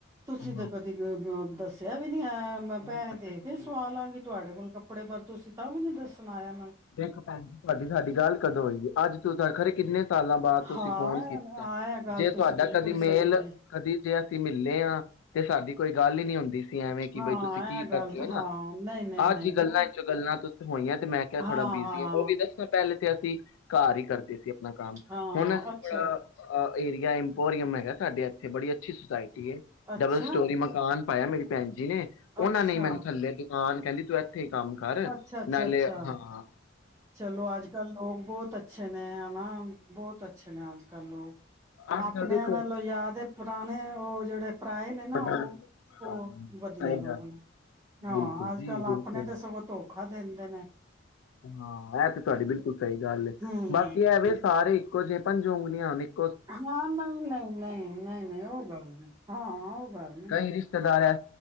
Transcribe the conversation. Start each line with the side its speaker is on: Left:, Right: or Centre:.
Right: ਤੁਸੀਂ
Left: ਹਾਂ
Right: ਤਾਂ ਕਦੇ ਮੇਰੇ ਨਾਲ ਦੱਸਿਆ ਵੀ ਨਹੀਂ ਮ
Left: ਨਹੀਂ
Right: ਮੈਂ ਪੈਸੇ
Left: ਪਤਾ
Right: ਦੇ
Left: ਕੀ
Right: ਕੇ ਸਵਾ ਲਾਂਗੀ ਤੁਹਾਡੇ ਕੋਲ ਕੱਪੜੇ ਪਰ ਤੁਸੀਂ ਤਾਂ ਮੈਨੂੰ ਦੱਸ ਆਇਆ
Left: ਦੇਖੋ ਭੈਣ ਜੀ ਤੁਹਾਡੀ ਸਾਡੀ ਗੱਲ ਕਦੋਂ ਹੋਈ ਐ ਅੱਜ ਸਰ ਖਰੇ ਕਿੰਨੇ ਸਾਲਾਂ ਬਾਅਦ ਤੁਸੀਂ
Right: ਹਾਂ
Left: ਫੋਨ ਕੀਤਾ
Right: ਹਾਂ ਇਹ ਗੱਲ
Left: ਜੇ ਤੁਹਾਡਾ
Right: ਤੁਸੀਂ ਬਿਲਕੁਲ
Left: ਕਦੀ ਮੇਲ
Right: ਸਹੀ ਏ
Left: ਕਦੀ ਜੇ ਅਸੀਂ ਮਿਲੇ ਹਾਂ ਤੇ ਸਾਡੀ ਕੋਈ ਗੱਲ ਹੀ ਨੀ ਹੁੰਦੀ ਐਵੇਂ ਕਿ
Right: ਹਾਂ
Left: ਬਈ ਤੁਸੀਂ ਕੀ
Right: ਇਹ ਗੱਲ
Left: ਕਰਦੇ
Right: ਤਾਂ
Left: ਹੋ
Right: ਹਾਂ
Left: ਨਾ
Right: ਨਹੀਂ ਨਹੀਂ
Left: ਆਹ
Right: ਨਹੀਂ
Left: ਜੀ
Right: ਨਹੀਂ
Left: ਗੱਲਾਂ
Right: ਉਹ
Left: ਚੋਂ ਗੱਲਾਂ ਤੁ ਹੋਈਆਂ ਤੇ ਕ
Right: ਹਾਂ
Left: ਥੋੜਾ ਬਿਜੀ
Right: ਹਾਂ
Left: ਆ ਉਹ ਵੀ ਦੱਸੋ ਪਹਿਲੇ ਅਸੀਂ ਘਰ ਹੀ ਕਰਦੇ ਸੀ ਆਪਣਾ ਕੰਮ
Right: ਹਾਂ
Left: ਹੁਣ ਅਸੀਂ
Right: ਅੱਛਾ
Left: ਥੋੜਾ ਆ ਏਰੀਆ ਇੰਪੋਰੀਅਮ ਹੈਗਾ ਸਾਡੇ ਇਥੇ ਬੜੀ ਅੱਛੀ ਸੁਸਾਇਟੀ
Right: ਅੱਛਾ
Left: ਡਬਲ ਸਟੋਰੀ ਮਕਾਨ ਪਾਇਆ ਮੇਰੀ ਭੈਣ ਜੀ ਨੇ ਉਹਨਾਂ
Right: ਅੱਛਾ
Left: ਨੇ ਮੈਨੂੰ ਥੱਲੇ ਹਾਂ ਤੂੰ ਕਹਿੰਦੀ ਇੱਥੇ ਕੰਮ ਕਰ
Right: ਅੱਛਾ ਅੱਛਾ
Left: ਨਾਲੇ
Right: ਅੱਛਾ
Left: ਆ ਹਾਂ
Right: ਚਲੋ ਅੱਜ ਕੱਲ ਲੋਕ ਬਹੁਤ ਅੱਛੇ ਅੱਛ ਨੇ ਹੈ ਨਾ ਬਹੁਤ ਅੱਛੇ ਨੇ ਅੱਜ ਕੱਲ ਲੋਕ
Left: ਅੱਜ
Right: ਆਪਣਿਆਂ
Left: ਕੱਲ ਦੇਖੋ
Right: ਨਾਲੋਂ ਯਾਦ ਪੁਰਾਣੇ ਉਹ ਜਿਹੜੇ ਭਰਾਏ ਨੇ ਨਾ
Left: ਵੱਡਾ
Right: ਉਹ
Left: ਸਹੀ
Right: ਉਹ ਵਧੀਆ
Left: ਗੱਲ
Right: ਲੋਕ ਨੇ ਹਾਂ
Left: ਬਿਲਕੁਲ
Right: ਅੱਜ
Left: ਜੀ
Right: ਕੱਲ
Left: ਬਿਲਕੁਲ
Right: ਆਪਣੇ ਤੇ ਸਗੋਂ ਧੋਖਾ ਦਿੰਦੇ ਨੇ
Left: ਹਾਂ ਇਹ ਤੇ ਤੁਹਾਡੀ ਬਿਲਕੁਲ ਸਹੀ ਗੱਲ ਐ
Right: ਹਮ
Left: ਬਾਕੀ ਐਵੇਂ ਸਾਰੇ ਇੱਕੋ ਜਿਹੇ ਪੰਜੋਂ <unintelligible>
Right: ਹਾਂ ਨਹੀਂ ਨਹੀਂ ਨਹੀਂ ਨਹੀਂ ਨਹੀਂ ਉਹ ਗੱਲ ਹੈ ਹਾਂ ਉਹ ਗੱਲ ਨਹੀਂ
Left: ਕਈ ਰਿਸ਼ਤੇਦਾਰ ਐੇ